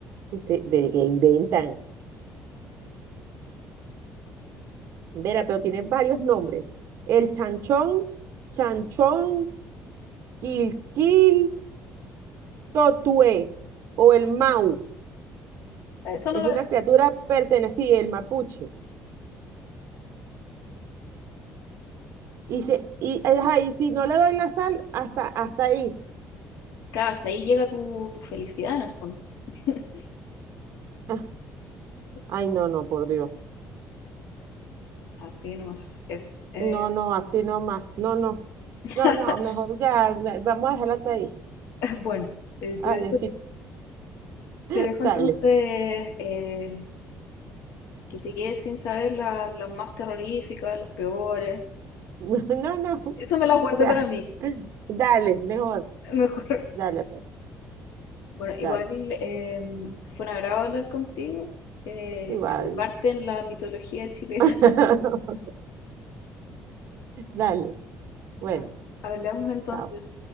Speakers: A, on the right; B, on the left.
A: Usted ve que inventan. Vera, pero tienen varios nombres. El chanchón, chanchón, quilquil, totué o el mau.
B: Eso no
A: Es
B: lo
A: una
B: había escuchado.
A: criatura perteneciente, el mapuche. Y, se, y, ajá, y si no le doy la sal, hasta, hasta ahí.
B: Claro, hasta ahí llega tu, tu felicidad en el fondo. <laughs>
A: Ah,
B: Sí,
A: Ay, no, no, por Dios.
B: Así nomás es. Eh,
A: No, no, así no más. No, no.
B: <laughs>
A: No, no, mejor ya. ne- Vamos a dejarlo hasta ahí.
B: bueno, eh,
A: Adiosito.
B: te dejo
A: <laughs>
B: Te dejo
A: Dale.
B: entonces eh, que te quedes sin saber la- las más terroríficas, las peores.
A: <laughs> No, no.
B: Eso me las guardé
A: Ya.
B: para mí,
A: Dale, mejor.
B: <laughs> mejor.
A: Dale, pues,
B: Bueno,
A: dale.
B: igual em, fue un agrado hablar contigo, eh,
A: Igual.
B: educarte en la mitología chilena.
A: <laughs>
B: <laughs>
A: Dale. Bueno,
B: Bueno, hablamos entonces.
A: chao,